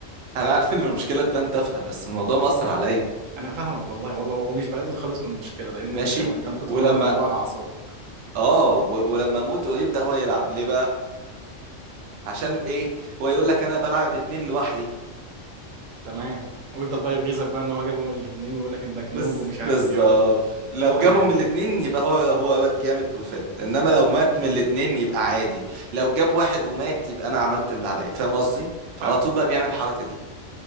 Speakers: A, on the right; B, on the right.
A: انا عارف ان المشكلة تبان تافهة بس الموضوع مأثر عليا
B: انا فاهمك والله والله ومش بقلل خالص من المشكله لان
A: ماشي
B: انت انت ممكن تكون
A: ولما
B: واخد الموضوع على اعصابك
A: اه و- ولما اموت ويبدأ هو يلعب ليه بقى عشان ايه هو يقول لك انا بلعب اتنين لوحدي
B: تمام ويفضل بقى يغيظك بقى ان هو جابهم الاثنين ويقول لك انك نوب
A: بز...
B: ومش عارف
A: بالظبط
B: ايه و...
A: لو
B: تمام
A: جابهم الاتنين يبقى هو هو واد جامد وفت انما لو مات من الاتنين يبقى عادي لو جاب واحد ومات يبقى انا عملت اللي عليا فاهم قصدي
B: فاهمك
A: على طول بقى
B: فاهمك
A: بيعمل الحركة دي